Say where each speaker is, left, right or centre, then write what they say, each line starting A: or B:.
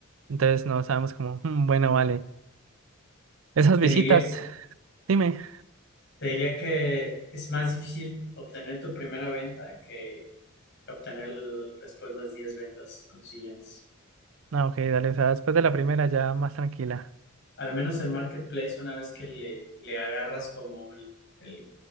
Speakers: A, on the right; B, on the left.
A: entonces no sabemos como, "Mm, bueno, vale, esas
B: Te
A: visitas,
B: diría
A: dime.
B: Te diría que es más difícil obtener tu primera venta que, que obtener el- después las 10 ventas consiguientes.
A: Ah, ok, dale, o sea, después de la primera ya más tranquila.
B: Al menos en Marketplace, una vez que le, le agarras como el, el-